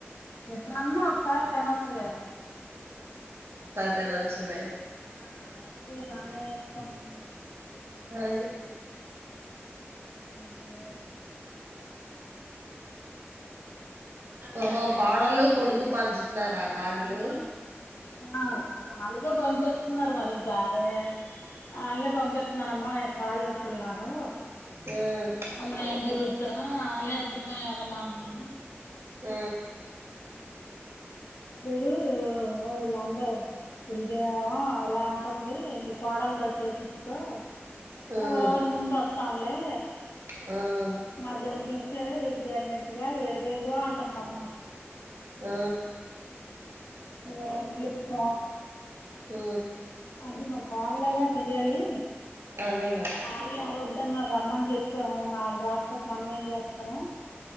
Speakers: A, on the left (about 85°); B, on the right (about 75°).
A: ఎప్పుడన్నా ఒకసారి తినచ్చులే
B: తినచ్చులా
A: అహా అది మానేస్తను
B: అది
A: రైలు అయి
B: అహా ఓహో కోడలు కొడుకు పంచుతున్నారా కాడ్లు
A: ఆ అలాగే పంపిస్తున్నారు మరి గాలే అలే పంపింస్తునారు కాళ్ళు నొప్పులు నాకు
B: మ్మ్
A: అమ్మ నేను తిరుగుతా వాలే అంతా ఎళ్ళమా మము
B: ఆ
A: చుడు వీళ్ళు అందరు ఇదే ఎలా అంటుంది ఏ మీ కోడల్ తో చేపించ్చుకో
B: మ్మ్
A: ఒక రోజు ముందు వస్తానులే
B: మ్మ్
A: నా జర్నీ సరే ఇది జరిగినట్టు గా ఏదోదో అంటుందమ్మా
B: ఆ
A: ఏందీ ఇప్ప
B: ఆ
A: అంటే మరి వాళ్ళదే చెయ్యాలి
B: అదేగా
A: వాళ్లే వద్దు అన్నారు రమ్మని చెప్పాం మా రాకపోతే మనం ఏం చేస్తాము